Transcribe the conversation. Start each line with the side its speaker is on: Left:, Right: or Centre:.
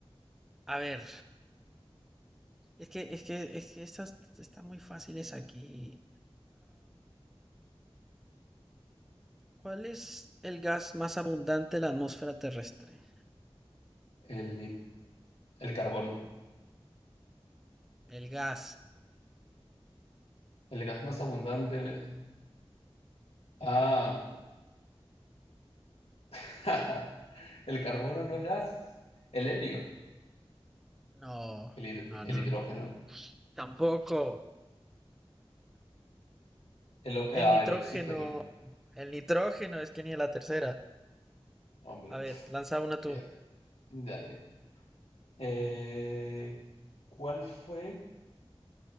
Centre: A ver, es que, es que, es que estas están muy fáciles aquí. ¿Cuál es el gas más abundante en la atmósfera terrestre?
Left: El, el carbono.
Centre: El gas.
Left: El gas más abundante. Ah. <laughs> el carbono no es gas. El helio.
Centre: No,
Left: El,
Centre: no,
Left: el
Centre: no.
Left: hidrógeno.
Centre: <laughs> Tampoco.
Left: El, ah,
Centre: El nitrógeno.
Left: el oxígeno.
Centre: El nitrógeno es que ni a la tercera.
Left: Hombre.
Centre: A ver, lanza una tú.
Left: Ya, Dale. Eh, ¿cuál fue